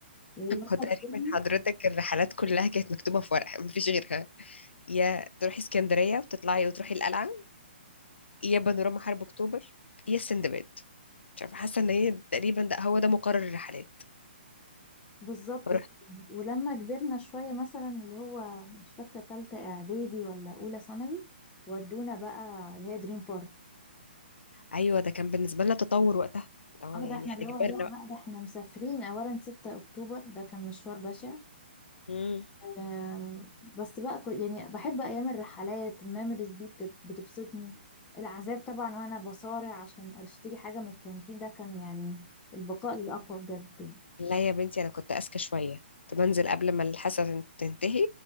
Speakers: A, on the left; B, on the left.
A: ولما
B: هو تقريبا
A: كبرنا
B: حضرتك الرحلات كلها كانت مكتوبة في ورقة مفيش غيرها يا تروحي اسكندرية وتطلعي وتروحي القلعة يا بانوراما حرب اكتوبر يا السندباد مش عارفه حاسه ان هي تقريبا ده هو ده مقرر الرحلات
A: بالظبط
B: فرحت
A: كده. ولما كبرنا شوية مثلا اللي هو مش فاكرة تالتة إعدادي ولا أولى ثانوي ودونا بقى اللي هي دريم بارك
B: ايوه ده كان بالنسبه لنا تطور وقتها اه
A: اه
B: يعني
A: ده احنا
B: احنا
A: اللي هو
B: كبرنا
A: لا
B: بقى
A: بقى ده احنا مسافرين أولا 6 أكتوبر ده كان مشوار بشع
B: مم.
A: آه بس بقى كو- يعني بحب ايام الرحلات الميموريز دي بت- بتبسطني العذاب طبعا وانا بصارع عشان اشتري حاجه من الكانتين ده كان يعني البقاء الاقوى بجد يعني
B: لا يا بنتي انا كنت اذكى شويه كنت بنزل قبل ما الحصه تن- تنتهي